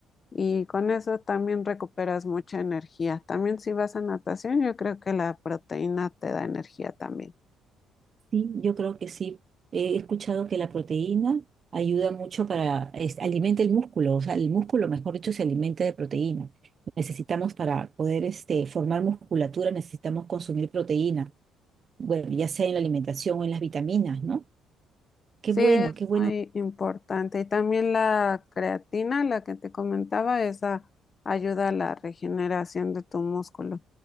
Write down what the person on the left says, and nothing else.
y con eso también recuperas mucha energía. También si vas a natación, yo creo que la proteína te da energía también.
Sí,
es
muy importante. Y también la creatina, la que te comentaba, esa ayuda a la regeneración de tu músculo.